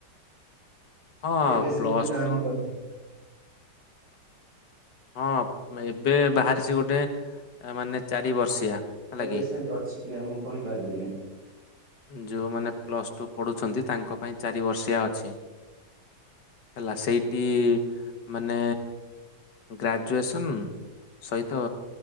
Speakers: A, on the left; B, on the right.
A: ହଁ
B: ଏବେ ସେମିତି
A: ପ୍ଲସ୍
B: ନାହିଁ
A: ଟୁ
B: ବୋଧେ
A: ହଁ ଏବେ ବାହାରିଚି ଗୋଟେ ମାନେ ଚାରି ବର୍ଷିଆ। ହେଲା
B: ଏବେ
A: କି
B: ସେମିତି ଅଛିକି ନାହିଁ ମୁଁ କହିପାରିବିନି।
A: ଯେଉଁମାନେ ପ୍ଲସ୍ ଟୁ ପଢ଼ୁଛନ୍ତି ତାଙ୍କ ପାଇଁ ଚାରି ବର୍ଷିଆ ଅଛି। ହେଲା ସେଇଠି ମାନେ ଗ୍ରାଜୁଏସନ୍ ସହିତ